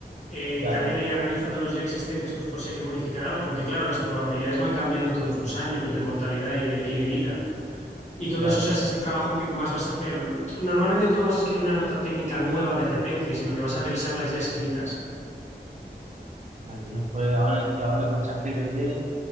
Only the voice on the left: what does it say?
eh,
también
ir analizando los ya existentes, pues por si hay que modificar algo, porque claro, las probabilidades van cambiando todos los años de mortalidad y de, y de vida. Y todo
eso, o sea, ese es el trabajo que más vas a hacer. Normalmente tú no vas a escribir una nota técnica nueva de repente, sino que vas a revisar las ya escritas.